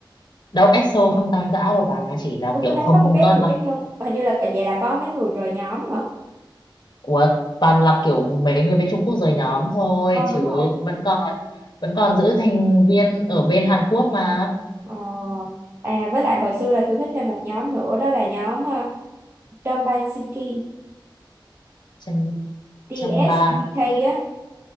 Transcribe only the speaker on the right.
Ủa
tôi thấy
có một cái
một cái nhân hình như là vậy là có mấy người rời nhóm hả
Ờ
đúng rồi
Ờ, à với lại hồi xưa là tôi thích thêm một nhóm nữa đó là nhóm ờ, Dongbang Sinki
DSDK
á